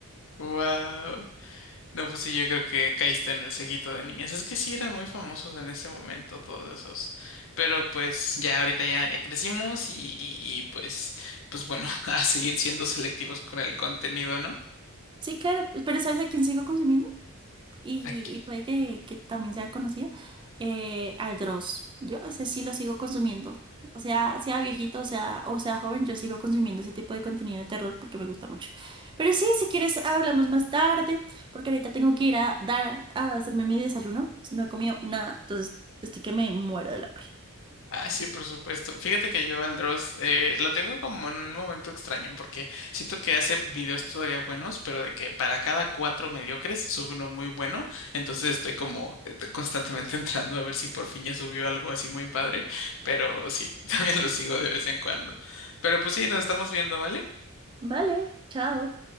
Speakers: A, on the left (about 65°); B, on the right (about 20°).
A: Wow. No, pues sí, yo creo que caíste en el seguito de niñas. Es que sí eran muy famosos en ese momento todos esos. Pero pues ya ahorita ya, ya crecimos y, y, y pues, pues bueno, <laughs> a seguir siendo selectivos con el contenido, ¿no?
B: Sí, claro, pero ¿sabes a quién sigo consumiendo? Y,
A: aquí
B: y puede que, que también sea conocida, eh, al Dross. Yo ese sí lo sigo consumiendo. O sea, sea viejito, o sea, o sea joven, yo sigo consumiendo ese tipo de contenido de terror porque me gusta mucho. Pero sí, si quieres, hablamos más tarde, porque ahorita tengo que ir a dar, a hacerme mi desayuno. No he comido nada, entonces estoy que me muero del hambre.
A: Ah, sí, por supuesto. Fíjate que yo al Dross eh, lo tengo como en un momento extraño porque siento que hace videos todavía buenos, pero de que para cada cuatro mediocres sube uno muy bueno. Entonces estoy como eh, t- constantemente <laughs> entrando a ver si por fin ya subió algo así muy padre. Pero sí, <laughs> también lo sigo de vez en cuando. Pero pues sí, nos estamos viendo, ¿vale?
B: Vale, chao.